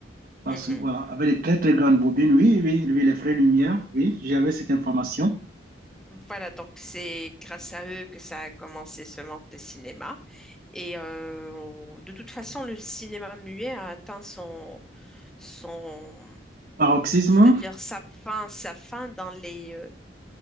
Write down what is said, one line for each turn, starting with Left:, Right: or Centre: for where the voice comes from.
Right: parce
Centre: Mhm.
Right: que voilà, avec de très, très grandes bobines, oui, oui, oui, les frais Lumière, oui, j'avais cette information.
Centre: Voilà, donc c'est grâce à eux que ça a commencé ce monde de cinéma. Et euh, de toute façon, le cinéma muet a atteint son, son,
Right: Paroxysme,
Centre: c'est-à-dire sa fin, sa fin dans les, euh,